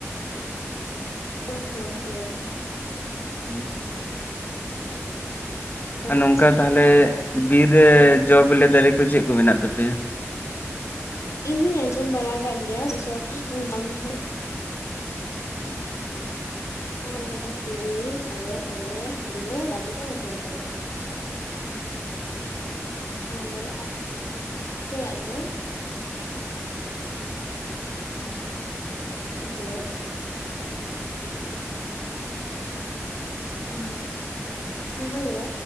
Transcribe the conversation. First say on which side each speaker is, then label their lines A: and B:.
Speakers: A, on the left (about 80°); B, on the left (about 35°).
A: ᱦᱳᱭ ᱦᱳᱭ ᱦᱳᱭ
B: <unintelligible>
A: ᱚ
B: ᱟᱨ ᱱᱚᱝᱠᱟ
A: ᱟᱪᱪᱷᱟ
B: ᱛᱟᱦᱚᱞᱮ ᱵᱤᱨ ᱨᱮ
A: ᱦᱮᱸ
B: ᱡᱚ ᱵᱤᱞᱤ ᱫᱟᱨᱮ ᱠᱚ ᱪᱮᱫ ᱠᱚ ᱢᱮᱱᱟᱜ ᱛᱟᱯᱮᱭᱟ‍?
A: ᱤᱧ ᱦᱚᱧ ᱟᱸᱡᱚᱢ ᱵᱟᱲᱟ ᱠᱟᱜ ᱜᱮᱭᱟ ᱥᱚᱥᱚ <unintelligible> ᱱᱚᱣᱟ ᱠᱚᱫᱚ ᱦᱩᱭᱩᱜ ᱠᱟᱱᱟ ᱛᱤᱨᱤᱞ, ᱛᱟᱨᱟᱨ ᱢᱮᱨᱞᱮᱡᱽ <unintelligible> ᱟᱨ ᱟ-ᱯᱮᱭᱟᱜ ᱫᱚ? ᱦᱮᱞᱳ ᱦᱩᱸ ᱦᱟᱞᱳ